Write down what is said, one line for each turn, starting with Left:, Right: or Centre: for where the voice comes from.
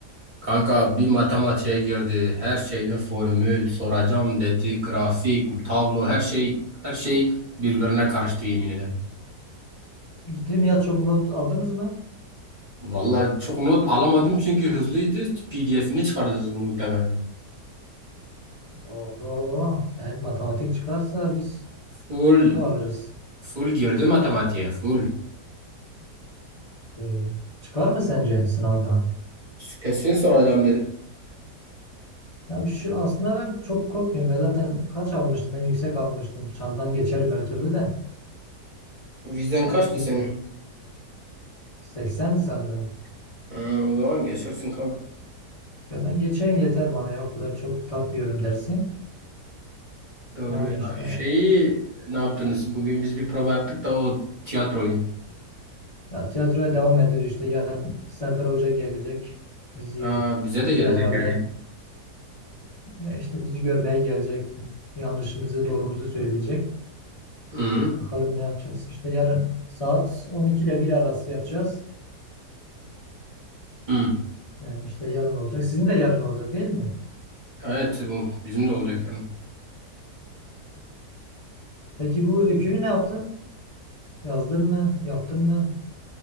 Right: Kanka bir matematiğe girdi. Her şeyde formül soracağım dedi. Grafik, tablo her şey her şey birbirine karıştı yemin ederim.
Left: Ciddi mi ya çok not aldınız mı?
Right: Vallahi çok not alamadım çünkü hızlıydı. PDF'ini çıkaracağız muhtemelen.
Left: Oho. Evet matematik çıkarsa biz
Right: Full
Left: kötü alırız.
Right: full girdi matematiğe full.
Left: Ee, çıkar mı sence sınavda?
Right: Kesin soracağım dedi.
Left: Ya şu, aslında ben çok korkmuyorum. Ya zaten kaç almıştım? Ben yüksek almıştım. Çandan geçerim her türlü de.
Right: Vizen
Left: E,
Right: kaçtı
Left: bilmiyorum.
Right: senin?
Left: 80'di sanırım.
Right: Ha, o zaman geçersin kanka.
Left: Ya ben geçeyim yeter bana ya o kadar çok takmıyorum dersi.
Right: Doğru
Left: Yani
Right: ya.
Left: işte
Right: Şeyi ne yaptınız? Bugün biz bir prova yaptık da o tiyatroyu.
Left: ya tiyatroya devam ediyor işte yarın Serdar Hoca gelecek. Bizi
Right: Aa, bize
Left: bize
Right: de gelecek
Left: herhalde
Right: yani.
Left: ya işte bizi görmeye gelecek. Yanlışımızı doğrumuzu söyleyecek.
Right: Hı
Left: Bakalım ne yapacağız. İşte yarın saat 12 ile 1 arası yapacağız.
Right: hı.
Left: Yani işte yarın olacak. Sizin de yarın olacak değil mi?
Right: Evet bu bizim de olacak yani.
Left: Peki bu öyküyü ne yaptın? Yazdın mı? Yaptın mı?